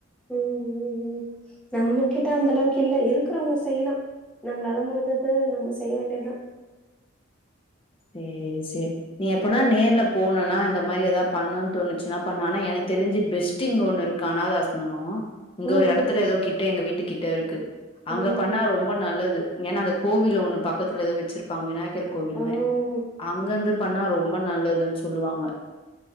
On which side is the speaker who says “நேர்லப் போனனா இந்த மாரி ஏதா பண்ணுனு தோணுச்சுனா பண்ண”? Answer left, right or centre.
Left